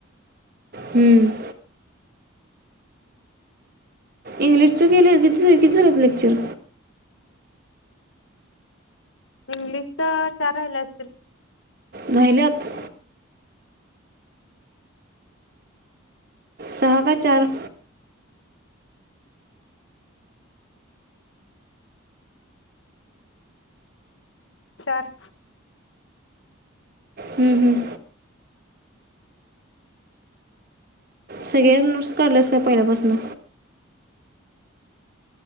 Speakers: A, on the right; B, on the left.
A: हम्म.. इंग्लिशचं केले किती, किती झालेत लेक्चर?
B: इंग्लिश चार राहिला असतील.
A: राहिल्यात? सहा का चार?
B: चार.
A: हम्म, हम्म. सगळे नोट्स काढल्यास का पहिल्या पासन?